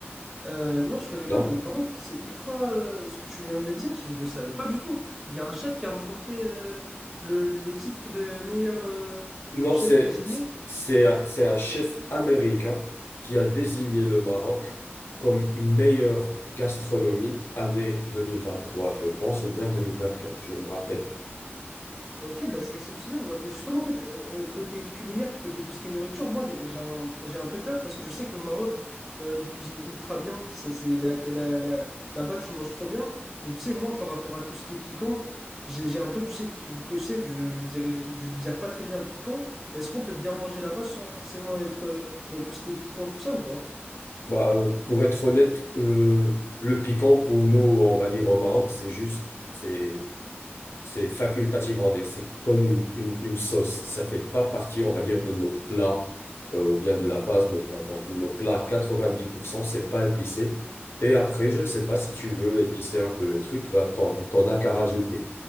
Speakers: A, in the centre; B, on the left.
A: Euh, non, je connais
B: Non?
A: pas, mais par contre, c'est ultra, euh, ce que tu viens de me dire, je le savais pas du tout. Il y a un chef qui a remporté, euh, le, le- titre de meilleur, euh,
B: Non,
A: chef
B: c'est,
A: cuisinier.
B: c'est, un- c'est un chef américain qui a désigné le Maroc comme une meilleure gastronomie année 2023, je pense, ou bien 2024, je me rappelle.
A: Ok, bah c'est exceptionnel. Moi, mais Justement, en fait, euh, euh, côté culinaire, côté tout ce qui est nourriture, moi, j'ai j'ai un, j'ai un peu peur parce que je sais que le Maroc, euh, il cuisine ultra bien. Ça, c'est la- la- la- là-bas, tu manges trop bien. Mais tu sais, moi, par rapport à tout ce qui est piquant, j'ai j'ai un peu, tu sais, tu le sais, je, je dirais, je digère pas très bien le piquant. Est-ce qu'on peut bien manger là-bas sans forcément être euh, dans tout ce qui est piquant, tout ça ou pas?
B: Bah, euh, pour être honnête, euh, le piquant pour nous, on va dire au Maroc, c'est juste, c'est C'est facultatif, on va dire. C'est comme une, une, une sauce. Ça fait pas partie, on va dire, de nos plats, euh, ou bien de la base de nos plats. Donc, nos plats, 90%, c'est pas épicé. Et après, je sais pas si tu veux épicer un peu le truc, bah, t'en, t'en as qu'à rajouter.